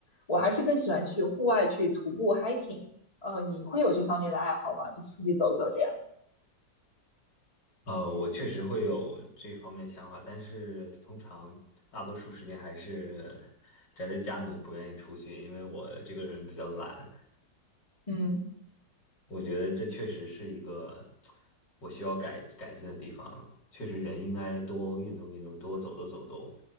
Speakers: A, on the left; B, on the left.
A: 我还是更喜欢去户外去徒步 hiking。呃，你会有这方面的爱好吗？就出去走走这样。
B: 呃，我确实会有这方面想法，但是通常大多数时间还是宅在家里面，不愿意出去，因为我这个人比较懒。
A: 嗯
B: 我觉得这确实是一个我需要改改进的地方。确实，人应该多运动运动，多走动走动，